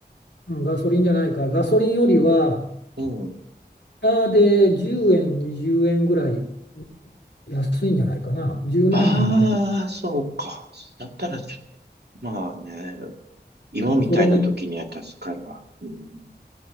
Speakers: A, on the left; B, on the right.
A: うん、ガソリンじゃないか。ガソリンよりは、
B: うん。うん
A: あーで10円、20円ぐらい安いんじゃないかな。十何円は安い。
B: ああ、そうか。だったらちょ、まあね、今みたいな時には助かるわ。
A: それに
B: うん、